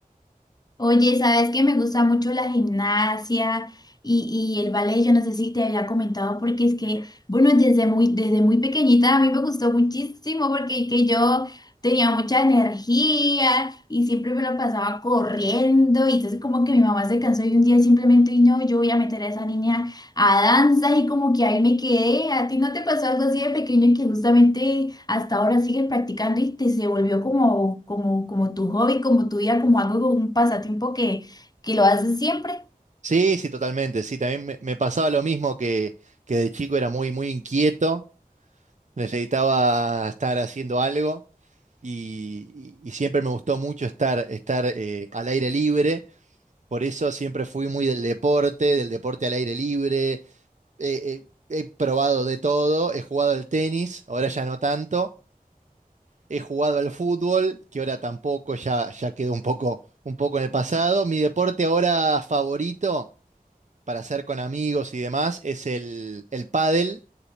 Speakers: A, on the left; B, on the right.
A: Oye, sabes que me gusta mucho la gimnasia y, y el ballet, yo no sé si te había comentado porque es que, bueno, desde muy, desde muy pequeñita a mí me gustó muchísimo porque es que yo tenía mucha energía y siempre me lo pasaba corriendo y entonces como que mi mamá se cansó y un día simplemente, y no, yo voy a meter a esa niña a danza y como que ahí me quedé. ¿A ti no te pasó algo así de pequeño que justamente hasta ahora sigues practicando y te se volvió como, como, como tu hobby, como tu vida, como algo, como un pasatiempo que, que lo haces siempre.
B: Sí, sí, totalmente. Sí, también me, me pasaba lo mismo que, que de chico era muy, muy inquieto, necesitaba estar haciendo algo y, y- y siempre me gustó mucho estar, estar eh, al aire libre. Por eso siempre fui muy del deporte, del deporte al aire libre. Eh, eh, he probado de todo, he jugado al tenis, ahora ya no tanto. he jugado al fútbol, que ahora tampoco, ya, ya quedó un poco, un poco en el pasado. Mi deporte ahora favorito para hacer con amigos y demás es el, el pádel.